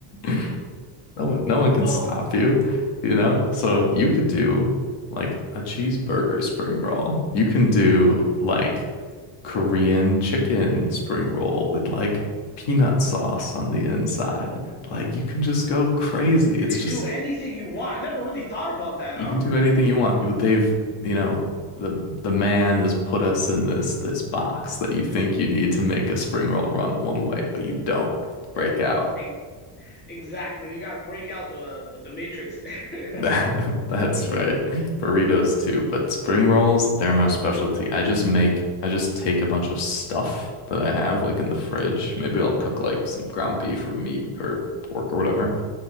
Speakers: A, on the left; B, on the left.
A: <laughs> No one, no one can
B: Oh.
A: stop you, you know? So you could do like a cheeseburger spring roll. You can do like Korean chicken spring roll with like peanut sauce on the inside.
B: Oh.
A: Like you can just go crazy. It's
B: You could
A: just
B: do anything you want. I never really thought about that,
A: you
B: huh?
A: can do anything you want. But they've, you know, the the man has put us in this this box that you
B: This
A: think you need to make a spring roll run one way, but you don't break out.
B: e,
A: <laughs>
B: exactly. You got to break out the the, the matrix. <laughs> mm,
A: That, that's right. Burritos too, but spring rolls, they're my specialty. I just make, I just take a bunch of stuff that I have like in the fridge. Maybe I'll cook like some ground beef or meat or pork or whatever.